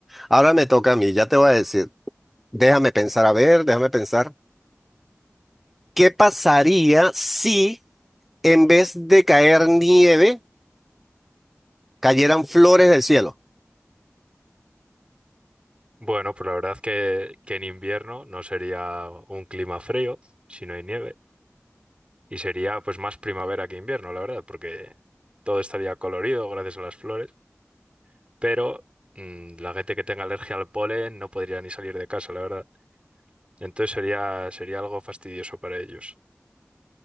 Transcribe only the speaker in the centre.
Ahora me toca a mí, ya te voy a decir. Déjame pensar, a ver, déjame pensar. ¿Qué pasaría si en vez de caer nieve, cayeran flores del cielo?